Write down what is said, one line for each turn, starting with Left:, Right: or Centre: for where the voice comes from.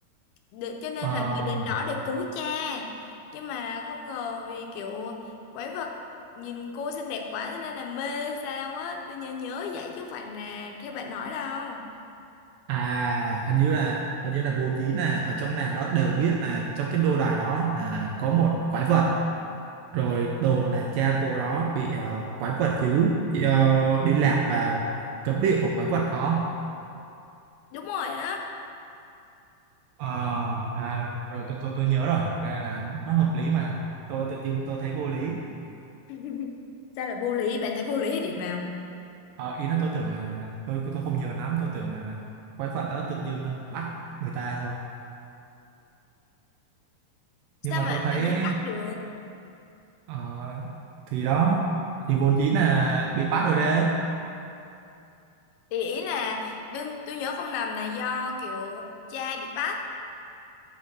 Left: để, cho nên
Right: Ờ,
Left: là mới đến đó để cứu cha nhưng mà không ngờ vì kiểu quái vật nhìn cô xinh đẹp quá cho nên là mê sao á tôi nhớ nhớ vậy chứ không phải là theo bạn nói đâu
Right: à hình như là hình như là vốn dĩ là ở trong làng đó đều biết là trong cái nô đài đó là có một quái vật rồi đồn là cha cô đó bị ờ, quái vật dữ chị, ờ, đi lạc vào cấm địa của quái vật đó
Left: Đúng rồi á.
Right: Ờ, à, rồi tôi tôi tôi nhớ rồi thực ra là nó hợp lý mà tôi tự dưng tôi thấy vô lý
Left: <laughs> Sao lại vô lý? Bạn thấy vô lý ở điểm nào?
Right: Ờ, ý là tôi tưởng là tôi tôi không nhớ lắm tôi tưởng là quái vật đó tự dưng bắt người ta thôi
Left: Sao
Right: nhưng mà
Left: mà
Right: tôi thấy
Left: tự nhiên bắt được?
Right: ờ, thì đó thì vốn dĩ là bị bắt rồi đấy
Left: Thì ý là đương, tôi nhớ không lầm là do kiểu cha bị bắt,